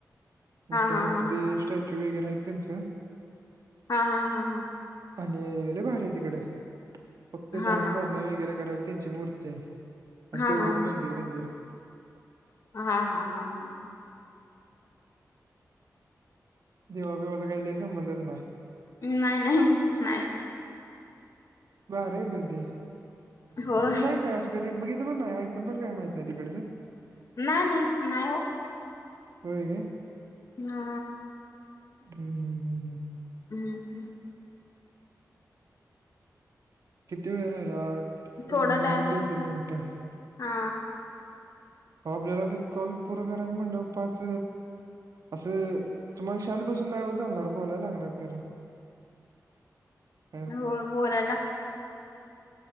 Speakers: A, on the right; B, on the left.
A: मोट्टे
B: हा
A: मोट्टे
B: हा हा
A: ते स्टॅच्यू वेगैरे आहेत त्यांच
B: हा हा हा हा.
A: आणि लय भारी आहे तिकडे. फक्त
B: हा
A: ध्यान
B: हा हा हा
A: साधना वगैरे करायल त्यांची मूर्ती ते.. आन
B: हा
A: तेवढंच
B: हा हा हा
A: मंदिर विंदिर
B: हा हा हा हा.
A: देवा बिवाचा काही लय संबंधच नाही.
B: नाही नाही नाही.
A: बार आहे बणते.
B: होय
A: तुम्ही नाही काय असं कधी बघितलं पण नाही पण पण काय माहित नाही तिकडचं?
B: नाही नाही, नाही ओ.
A: होय हो.
B: ना
A: हं हं हं हं.
B: हम् हम्.
A: किती वेळ राहिला? अट्.. अजून
B: थोडा
A: द
B: टाइम
A: हाये
B: आहे
A: दोन-
B: अजून
A: तीन मिंट.
B: हा.
A: हो आपल्याला असं कॉल पूरा करायचं म्हणल्याव, पाच असं, तुम्हाल शांत बसून नाहीव चालणार, बोलाय लागणार खरं. <inaudible>
B: हो बोलायला.